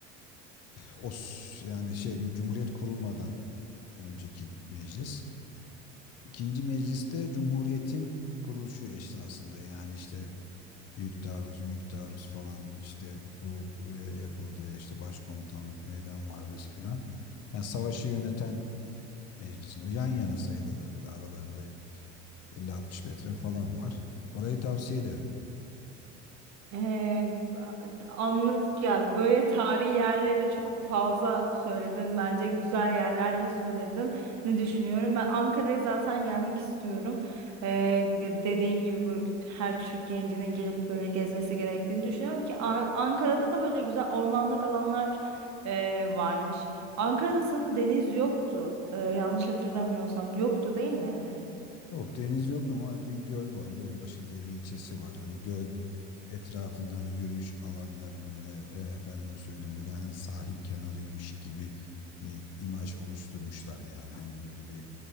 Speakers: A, on the left; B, on the right.
A: Os yani şey Cumhuriyet kurulmadan önceki meclis. İkinci mecliste Cumhuriyet'in kuruluşu esasında yani işte Büyük taarruz, büyük taarruz falan işte kurul e, yapıldığı işte başkomutanlık, meydan muharebesi falan. Yani savaşı yöneten meclisin o yan yana sayılırlar böyle aralarında 50-60 metre falan var. Orayı tavsiye ederim.
B: Ee, a- anladık ya böyle tarihi yerleri çok fazla söyledin bence güzel yerler de söyledin ne düşünüyorum ben Ankara'ya zaten gelmek istiyorum Ee, dediğin gibi bu her Türk gencinin gelip böyle gezmesi gerektiğini düşünüyorum ki An- Ankara'da da böyle güzel ormanlık alanlar e, varmış Ankara'da sanırım deniz yoktu Ee, yanlış hatırlamıyorsam yoktu değil mi?
A: Yok deniz yok ama bir göl var. Gölbaşı diye bir ilçesi var. Hani göl etrafında hani yürüyüş alanları böyle e, efendime söyleyeyim böyle hani sahil kenarıymış gibi bir imaj oluşturmuşlar yani. Hani böyle bir